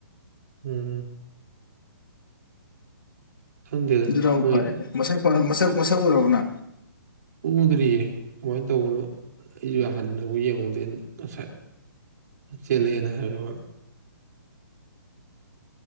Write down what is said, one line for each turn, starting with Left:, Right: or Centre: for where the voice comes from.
Right: ꯎꯝ ꯈꯪꯗꯦꯗ
Left: ꯑꯗꯨꯗ ꯑꯃꯨ
Right: ꯃꯣꯏ
Left: ꯐꯔꯦ ꯃꯁꯛ ꯃꯁꯛ ꯃꯁꯛ ꯎꯔꯔꯕꯅ
Right: ꯎꯗ꯭ꯔꯤꯌꯦ ꯀꯨꯃꯥꯏꯅ ꯇꯧꯕꯅꯣ ꯑꯩꯁꯨ ꯍꯟꯅꯕꯨ ꯌꯦꯡꯉꯨꯗꯦ ꯉꯁꯥꯏ ꯆꯦꯂꯑꯦꯅ ꯍꯥꯏꯕ ꯃꯥꯅꯦ